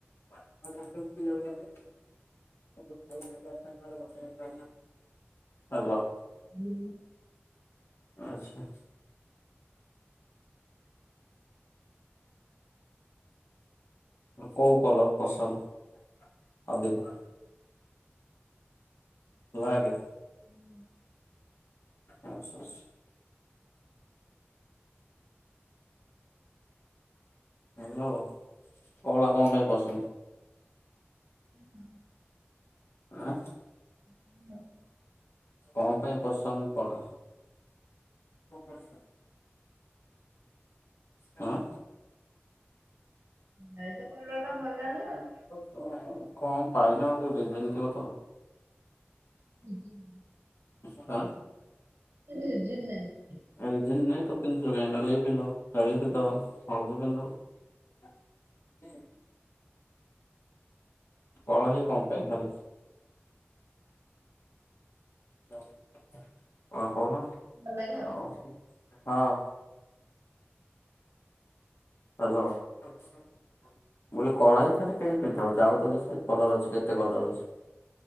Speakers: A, on the left; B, on the right.
A: <unintelligible> ହାଲୋ।
B: <unintelligible>
A: ଆଚ୍ଛା। କୋଉ କଲର ପସନ୍ଦ ଅଧିକ? ବ୍ଲାକେ।
B: ହୁଁ।
A: ଆଚ୍ଛା ଆଚ୍ଛା। ହ୍ୟାଲୋ କଳା କଣ ପାଇଁ ପସନ୍ଦ?
B: ହଁ।
A: ଆଁ!
B: <inaudible>
A: କଣ ପାଇଁ ପସନ୍ଦ କର? କମଳ୍ ସାର୍। ହଁ।
B: ଭାଇ ତ କଲରା ଟା ଭଲ ଲାଗେ ଆଉ।
A: ଓହୋ କଣ ପାଇନା ଗୋଟେ ଦି ଦିନ୍ ତିବ ତ।
B: <unintelligible>
A: ହାଁ!
B: ରିଜିନ୍ ନାଇଁ।
A: ଆ ରିଜିନ୍ ନାଇଁ ତ ପିନ୍ଧଚ କାଇଁ? ନାଲି ପିନ୍ଧ, କାଳି ପିନ୍ଧ, ହଳଦୀ ପିନ୍ଧ। ହ ହୁଁ। କହ ହିଁ କଁଅ ପାଇଁ ଖାଲି। କଣ କହୁନ।
B: ଭଲ ଲାଗେ
A: ଆଉ ହଁ। ଆଲୋ ମୁଁ କହିଲି କଳା ହିଁ ଖାଲି ପି ପିନ୍ଧାହଉଛି ଆଉ ତ କିଛି, କଲର ଅଛି କେତେ କଲର ଅଛି,